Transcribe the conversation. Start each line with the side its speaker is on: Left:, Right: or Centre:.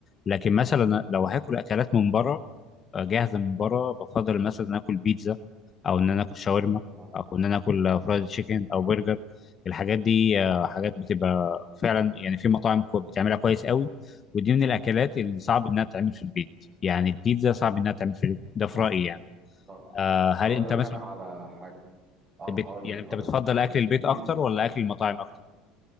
Left: لكن مثلا لو هاكل اكلات من بره آه، جاهزه من بره بفضل مثلا إن اكل بيتزا او ان انا اكل شاورما
Right: اه
Left: او ان انا اكل آه، فرايد
Right: مم.
Left: تشيكن او برجر الحاجات دي آه، حاجات بتبقى فعلا يعني في مطاعم كو- بتعملها كويس قوي ودي من الاكلات اللي صعب انها تتعمل في البيت يعني البيتزا صعب انها تتعمل في البيت ده في رايي يعني
Right: طب
Left: آه، هل
Right: هقول
Left: انت
Right: لك
Left: مثلا
Right: انا على حاجه اه
Left: بت
Right: هقول
Left: يعني
Right: لك
Left: انت
Right: هقول
Left: بتفضل
Right: لك بخصوص
Left: اكل
Right: الب-
Left: البيت
Right: البيتزا
Left: اكتر ولا اكل المطاعم اكتر